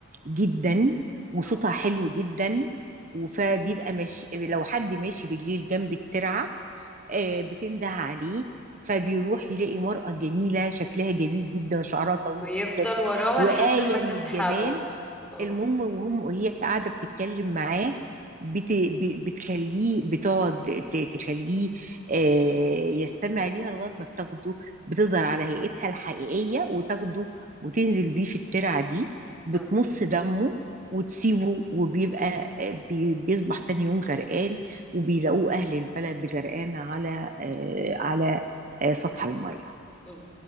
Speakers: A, on the right; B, in the centre.
A: جدا وصوتها
B: اه
A: حلو جدا فبيبقى ماشي لو حد ماشي بالليل جنب الترعة آه، بتنده عليه فبيروح يلاقي مرأة جميلة شكلها جميل جدا شعرها طويل
B: ويفضل
A: جدا
B: وراها
A: وآية
B: لحد ما تسحبه
A: من الجمال
B: اه
A: المهم وهم وهي قاعده بتتكلم معاه بت... ب- بتخليه بتقعد ت- تخليه آه، يستمع ليها لغايه ما بتاخده بتظهر على هيئتها الحقيقيه وتاخده وتنزل بيه في الترعه دي بتمص
B: اه
A: دمه وتسيبه وبيبقى آه، بي- بيصبح تاني يوم غرقان وبيلاقوه اهل البلد غرقان على آه، على آه، سطح الميه
B: أم،